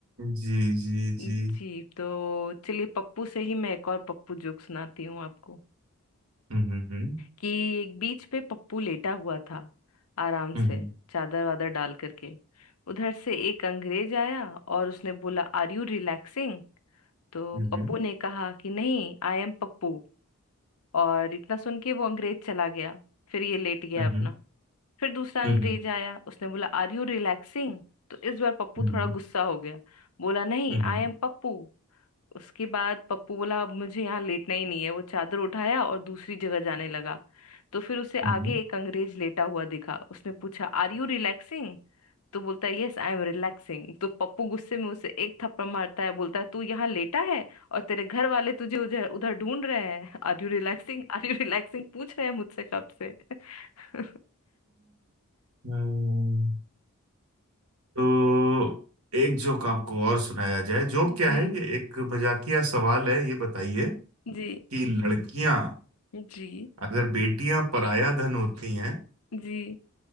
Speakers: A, on the right; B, on the left.
A: जी जी
B: जी
A: जी
B: तो चलिए पप्पू से ही मैं एक और पप्पू जोक सुनाती हूँ आपको
A: हम्म हम्म
B: कि एक बीच पे पप्पू लेटा हुआ था आराम
A: हम्म
B: से चादर वादर डाल करके उधर से एक अंग्रेज आया और उसने बोला आर यू रिलैक्सिंग तो
A: हम्म
B: पप्पू ने कहा कि नहीं आई एम पप्पू और इतना सुन के वो अंग्रेज चला गया फिर ये लेट गया
A: हम्म
B: अपना फिर दूसरा अंग्रेज
A: हम्म
B: आया उसने बोला आर यू रिलैक्सिंग तो इस बार पप्पू
A: हम्म
B: थोड़ा गुस्सा हो गया बोला नहीं
A: हम्म
B: आई एम पप्पू उसके बाद पप्पू बोला अब मुझे यहाँ लेटना ही नहीं है वो चादर उठाया और दूसरी जगह जाने लगा तो फिर उसे आगे
A: हम्म
B: एक अंग्रेज लेटा हुआ दिखा उसने पूछा आर यू रिलैक्सिंग तो बोलता है यस आई एम रिलैक्सिंग तो पप्पू गुस्से में उसे एक थप्पड़ मारता है बोलता है तू यहाँ लेटा है और तेरे घर वाले तुझे उधर उधर ढूंढ रहे हैं आर यू रिलैक्सिंग आर यू रिलैक्सिंग पूछ रहे हैं मुझसे कब से <laughs>
A: हम्म तो एक जोक आपको और सुनाया जाए जोक
B: जी
A: क्या है ये एक मजाकिया सवाल है ये बताइए
B: जी
A: कि लड़कियां
B: जी
A: अगर बेटियां पराया धन होती हैं
B: जी